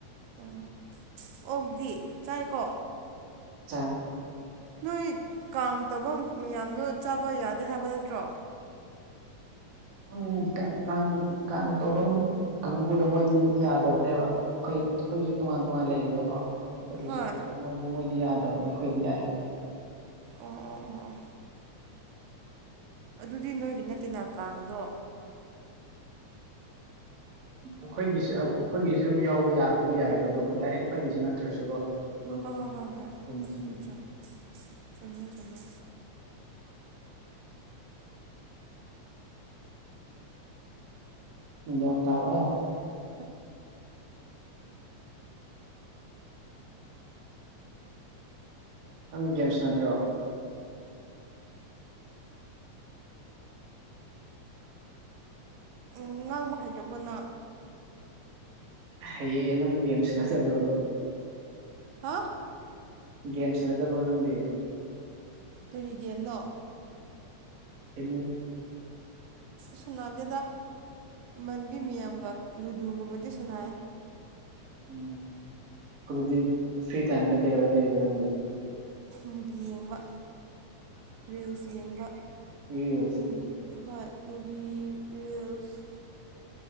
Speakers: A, on the right (about 85°); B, on the right (about 55°).
A: ꯎꯥ ꯑꯣꯗꯤ ꯆꯥꯏꯀꯣ
B: ꯆꯥꯏ
A: ꯅꯣꯏ ꯀꯥꯡ ꯇꯧꯕ ꯃꯌꯥꯝꯗꯨ ꯆꯥꯕ ꯌꯥꯗꯦ ꯍꯥꯏꯕ ꯅꯠꯇ꯭ꯔꯣ
B: ꯎꯝ ꯀꯥꯡ ꯀꯥꯡ ꯇꯧꯐꯝ ꯀꯥꯡꯕꯨꯗ ꯃꯣꯏꯗꯤ ꯌꯥꯗꯕꯅꯦꯕ ꯑꯩꯈꯣꯏ ꯑꯩꯈꯣꯏꯁꯨ ꯇꯣꯉꯥꯟ ꯇꯣꯉꯥꯟ ꯂꯩꯔꯦꯅꯀꯣ ꯑꯩꯈꯣꯏꯒꯤꯁꯨ
A: ꯍꯣꯏ
B: ꯑꯗꯨ ꯃꯣꯏꯗꯤ ꯃꯣꯏꯗꯤ ꯌꯥꯗꯕꯅꯤ ꯑꯩꯈꯣꯏꯗꯤ ꯌꯥꯏ
A: ꯑꯣ ꯑꯣ ꯑꯣ ꯑꯣ ꯑꯗꯨꯗꯤ ꯅꯣꯏꯒꯤ ꯅꯠꯇꯦꯅ ꯀꯥꯡꯗꯣ
B: ꯑꯩꯈꯣꯏꯒꯤꯁꯨ ꯑꯩꯈꯣꯏꯒꯤꯁꯨ ꯑꯗꯨ ꯌꯥꯎ ꯑꯩꯈꯣꯏ ꯌꯥꯕꯨꯗꯤ ꯌꯥꯏꯑꯕ ꯑꯗꯣ ꯑꯩꯈꯣꯏ ꯗꯥꯏꯔꯦꯛ ꯑꯩꯈꯣꯏꯒꯤꯁꯨ ꯅꯠꯇ꯭ꯔꯁꯨꯀꯣ ꯑꯗꯨꯝ
A: ꯍꯣꯏ
B: ꯑꯩꯈꯣꯏ
A: ꯍꯣꯏ ꯍꯣꯏ ꯍꯣꯏ
B: ꯃꯁꯤꯡ
A: ꯆꯠꯆꯥ ꯆꯨꯝꯃꯦ ꯆꯨꯝꯃꯦ
B: ꯒꯌ꯭ꯥꯟ ꯇꯥꯑꯣꯌꯣ
A: <unintelligible>
B: ꯅꯪꯗꯤ ꯒꯦꯝ ꯁꯅꯗꯔꯣ
A: ꯌꯣꯉꯥꯡꯕ ꯍꯩꯇꯕꯅ
B: ꯍꯩꯌꯦ ꯅꯪ ꯒꯦꯝ ꯁꯥꯅꯗꯔ꯭ꯕꯔ꯭ꯕ
A: ꯍꯥꯥ
B: ꯒꯦꯝ ꯁꯥꯟꯅꯗꯕ꯭ꯔꯣ ꯅꯪꯗꯤ
A: ꯀꯔꯤ ꯒꯦꯝꯅꯣ
B: ꯑꯦꯅꯤ
A: ꯁꯨꯅꯥꯗꯦꯗ ꯏꯃꯥꯟꯕꯤ ꯃꯌꯥꯝꯒ ꯂꯨꯗꯨꯒꯨꯝꯕꯗꯤ ꯁꯨꯅꯩ
B: ꯎꯝ ꯑꯗꯨꯗꯤ ꯐ꯭ꯔꯤ ꯇꯥꯏꯝꯗ ꯀꯩꯗꯧꯔ ꯂꯩꯕ ꯅꯪꯒꯤ
A: ꯃꯨꯚꯤ ꯌꯦꯡꯕ ꯔꯤꯜꯁ ꯌꯦꯡꯕ
B: ꯔꯤꯜꯁ
A: ꯃꯨꯚꯤ ꯍꯣꯏ ꯃꯚꯤ ꯔꯤꯌꯁ